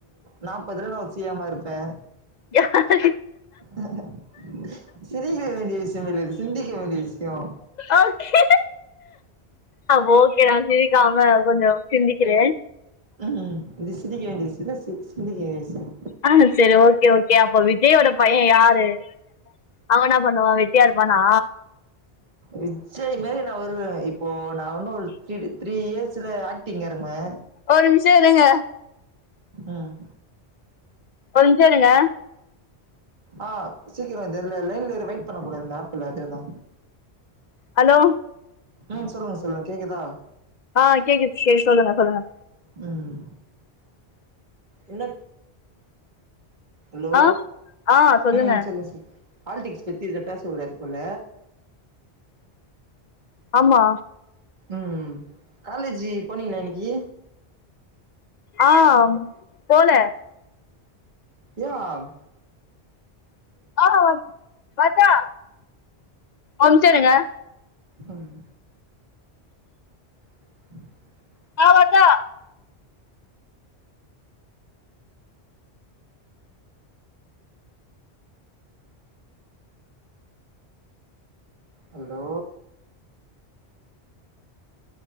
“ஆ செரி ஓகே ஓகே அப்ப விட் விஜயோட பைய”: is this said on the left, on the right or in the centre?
Left